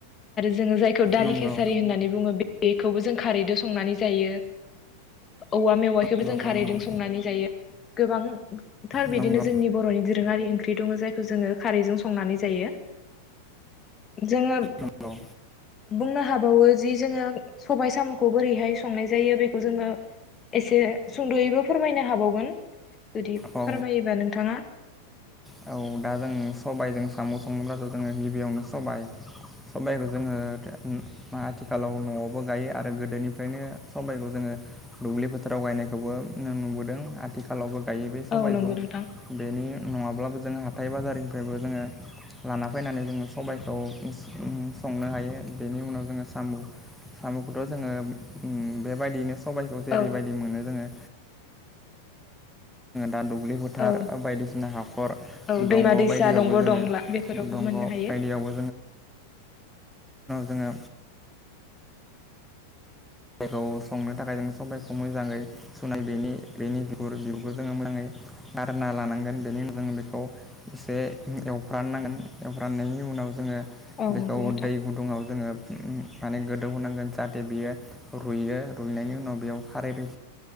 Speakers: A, on the left (about 25°); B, in the centre.
A: जोङो जायखौ दालि
B: नंगौ
A: खेसारि होननानै बुङो बेखौबो जों खारैदों संनानै जायो औवा मेवाइखौबो
B: नंगौ
A: जों खारैजों
B: नंगौ
A: संनानै जायो गोबांथार
B: नंगौ
A: बिदिनो जोंनि बर'नि दोरोङारि ओंख्रि बिदनो जायखौ जोङो खारैजों संनानै जायो जोङो
B: नंगौ
A: बुंनो हाबावो जि जोङो सबाय साम' खौ बोरैहाय संनाय जायो बेखौ जोङो एसे सुंद'यैबो फोरमायनो हाबावगोन जुदि
B: औ
A: फोरमायोबा नोंथाङा
B: औ दा जों सबायजों साम' सङोब्लासो जोङो गिबियावनो सबाय सबायखौ जोङो अम आथिखालाव न'आवबो गायो आरो गोदोनिफ्रायनो सबायखौ जोङो दुब्लि फोथाराव गायनायखौबो नुबोदों आथिखालावबो गायो बे सबायखौ
A: औ नंगौ नोंथां
B: बेनि नङाब्लाबो जोङो हाथाय बाजारनिफ्रायबो जोङो लाना फानानै जोङो सबायखौ अम संनो हायो बेनि उनाव जोङो साम' साम'खौथ' जोङो ओम बेबायदियैनो सबाइखौ जेरैबायदि
A: औ
B: मोनो जोङो दा दुब्लि फोथार
A: औ
B: बायदिसिना हाखर
A: औ
B: दंग'
A: दैमा दैसा
B: बायदियावबो
A: दंग'
B: जोङो
A: दंला बेफोरावबो
B: नाव
A: मोननो हायो
B: जोङो खौ संनो थाखाय जों सबाइखौ मोजाङै सुनाय बेनि बेनि बिगुर बिुरखौ जोङो मोजां आरो ना लानांगोन बेनि उनाव जों बेखौ एसे एवफ्राननांगोन एवफ्रनायनि नि उनाव जोङो
A: औ
B: बेखौ
A: नंगौ नोंथां
B: दै गुदुङाव जोङो ओम माने गोदौ होनोनांगोन जाहाथे बियो रुइयो रुइनायनि उनाव बेयाव खारै बे